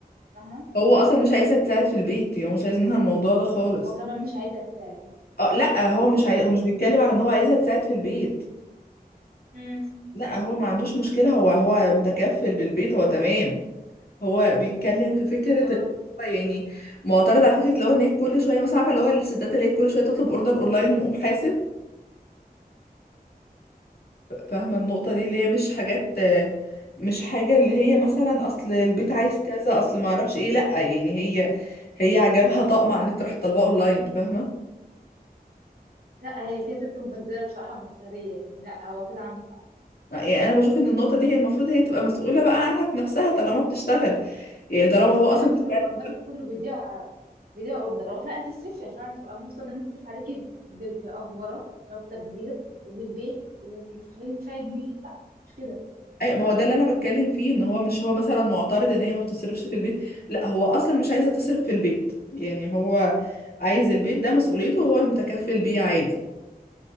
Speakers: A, on the right; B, on the left.
A: فاهمه
B: هو اصلا مش عايزها تساعد في البيت يعني هو مش عايز منها الموضوع ده خالص
A: هو كمان مش عايزه تساعد
B: اه لا هو مش عاي...
A: طب-
B: هو مش بيتكلم على ان هو عايزها تساعد في البيت
A: مم.
B: لا هو ما عندوش مشكلة هو هو متكفل بالبيت هو تمام هو بيتكلم في فكرة
A: اه
B: اللي هو يعني معترض على فكرة اللي هو ان هي كل شوية مثلا عارفة اللي هو الستات اللي هي كل شوية تطلب اوردر اونلاين ومقوم حاسب فاهمة النقطة دي اللي هي مش حاجات مش حاجة اللي هي مثلا اصل البيت عايز كذا اصل ما اعرفش ايه لا يعني هي هي عجبها طقم على النت راح طالباه اونلاين فاهمة
A: لا هي كده ست مبذره بصراحه ومفتريه يعني لا هو كده عنده حق
B: يعني انا بشوف ان النقطة دي هي المفروض هي تبقى مسؤولة بقى عنها في نفسها طالما بتشتغل يعني طالما هو اصلا
A: انما انت
B: بيتكلم
A: في مرتبك كله بيضيع بيضيع اوردرات لا انت اصرفي عشان تبقى مبسوطه ان انا هصرف عليكي ب- بافوره لو بتبذير وبالبيت ومش هخليكي تدفعي جنيه لا مش كده
B: اي ما هو ده اللي انا بتكلم فيه ان هو مش هو مثلا معترض ان هي ما بتصرفش في البيت لا هو اصلا مش عايزه تصرف في البيت يعني هو عايز البيت ده مسؤوليته وهو المتكفل بيه عادي